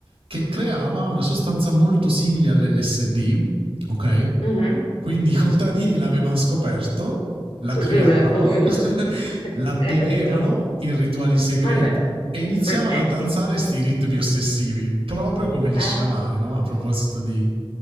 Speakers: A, on the right; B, on the left.
A: che creava una sostanza molto simile all'LSD, ok?
B: mhm.
A: Quindi i contadini l'avevano scoperto, la
B: Beh,
A: creavano,
B: ovviamente,
A: <laughs>
B: <laughs>
A: la bevevano
B: certo.
A: in rituali segreti
B: Vabbè.
A: e iniziavano
B: <laughs>
A: a danzare
B: Eh,
A: sti ritmi ossessivi, proprio come gli
B: ah,
A: sciamani, no? A proposito di